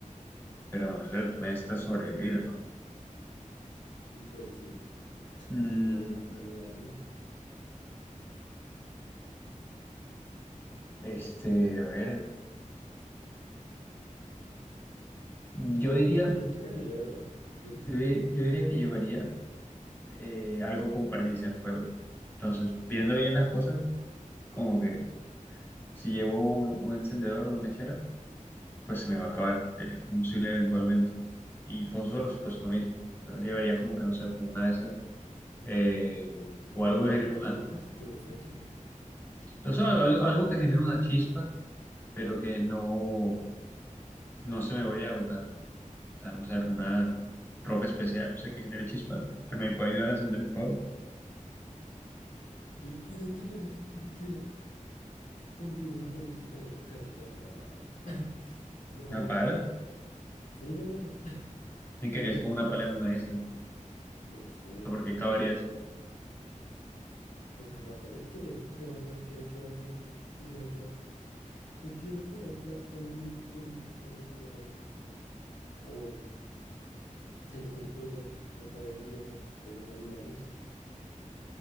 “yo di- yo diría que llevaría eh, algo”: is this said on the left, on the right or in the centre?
Left